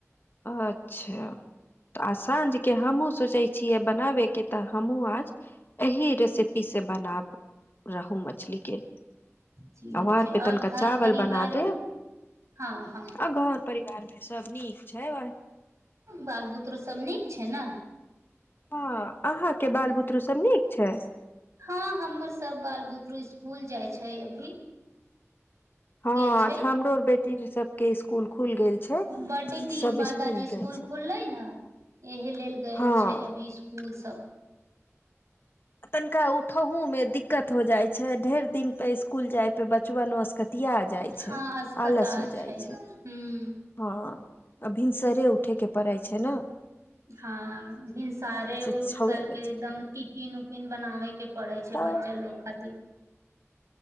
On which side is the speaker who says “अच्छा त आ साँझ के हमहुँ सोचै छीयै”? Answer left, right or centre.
Left